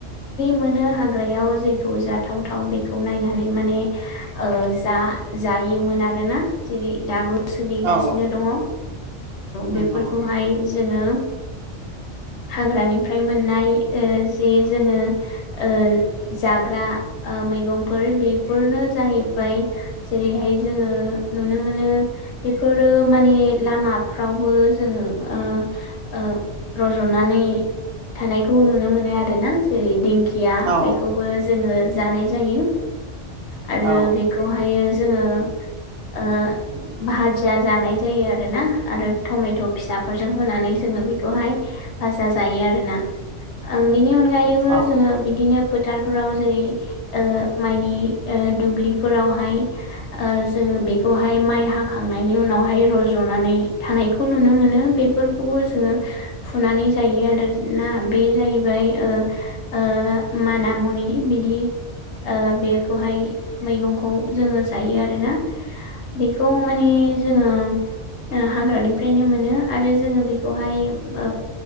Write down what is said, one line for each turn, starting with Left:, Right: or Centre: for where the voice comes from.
Left: मोनो हाग्रायाव जेखौ जाथावथाव बेखौ नायनानै माने ओ ओ जा जायोमोन आरोना जेरै दाबो सोलिगासिनो
Right: औ
Left: दङ औ
Right: नंगौ
Left: बेफोरखौहाय जोङो
Right: <inaudible>
Left: हाग्रानिफ्राय मोननाय ओ जे जोङो ओ जाग्रा ओ मैगंफोर बेफोरनो जाहैबाय जेरैहाय जोङो नुनो मोनो बेफोरो माने लामा फ्रावबो जोङो ओ ओ रज'नानै थानायखौ नुनो मोनो आरो ना जेरैदिं खिया
Right: औ
Left: बेखौबो जोंङो जानाय जायो आरो
Right: औ
Left: बेखौहायो जों जोङो ओ भाजिया जानाय जायो आरोना आरो टमेट' फिसाफोरजों होनानै जोङो बेखौहाय भाजा जायो आरोना ओं बिनि अनगायैबो
Right: औ
Left: जोङो बिदिनो फोथारफोराव जेरै ओ माइनि ओ दुब्लिफोरावहाय ओ जों बेखौहाय माइ हाखांनायनि उनावहाय रज'नानै थानायखौ नुनो मोनो बेफोरखौबो जोङो फुनानै जायो आरो ना बे जाहैबाय ओ ओ माना मुनि बिदि ओ बेखौहाय मैगंखौ जोङो जायो आरोना बेखौ माने जोङो ओ हाग्रानिफ्रायनो मोनो आरो जोङो बेखौहाय ओ